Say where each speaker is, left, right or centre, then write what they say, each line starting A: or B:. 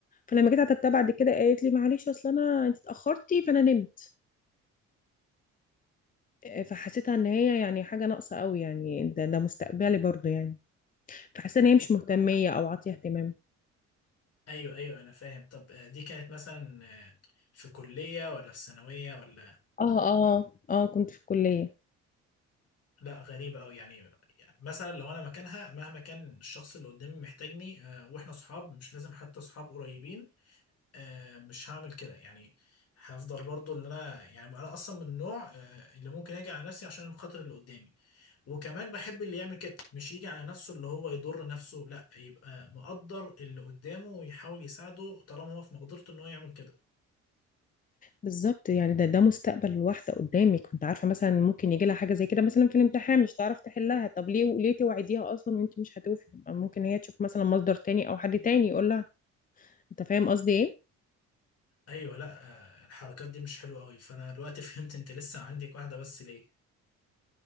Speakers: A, on the left (about 30°); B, on the left (about 55°).
A: فلما جيت عتبتها بعد كده قالت لي معلش اصل انا انت اتاخرتي فانا نمت آه، فحسيتها ان هي يعني حاجه ناقصه قوي يعني ده ده مستقبلي برضو يعني فحسيت ان هي مش مهتميه او عاطيه اهتمام
B: ايوه ايوه انا فاهم طب آه، دي كانت مثلا آه، في كلية ولا في ثانوية ولا
A: اه اه اه كنت في الكليه
B: لا غريبة أوي يعني يعني مثلا لو أنا مكانها مهما كان الشخص اللي قدامي محتاجني آه، وإحنا صحاب مش لازم حتى صحاب قريبين آه، مش هعمل كده يعني هفضل برضو اللي أنا يعني أنا أصلا من النوع آه، اللي ممكن أجي على نفسي عشان خاطر اللي قدامي وكمان بحب اللي يعمل كده مش يجي على نفسه اللي هو يضر نفسه لا يبقى مقدر اللي قدامه ويحاول يساعده طالما هو في مقدرته إن هو يعمل كده
A: بالظبط يعني ده ده مستقبل الواحدة قدامك كنت عارفة مثلا ممكن يجي لها حاجة زي كده مثلا في الامتحان مش تعرف تحلها طب ليه ليه توعديها أصلا وأنت مش هتوفي ممكن هي تشوف مثلا مصدر تاني أو حد تاني يقول لها أنت فاهم قصدي
B: ايوه لا آه، الحركات دي مش حلوه قوي فانا دلوقتي فهمت انت لسه عندك واحده بس ليه